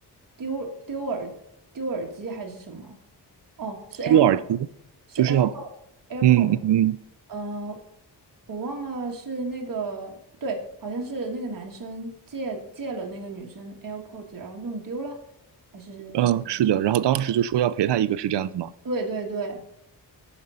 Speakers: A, on the right (about 50°); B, on the right (about 80°).
A: 丢丢耳丢耳机还是什么，哦，是
B: 丢耳机就是要，
A: AirPod，s 是 AirPod。s AirPod
B: 嗯嗯嗯
A: s 呃，我忘了是那个，对，好像是那个男生借借了那个女生 AirPods，然后弄丢了，还是什么？
B: 嗯，嗯是的，然后当时就说要陪他一个，是这样子吗？
A: 对对对，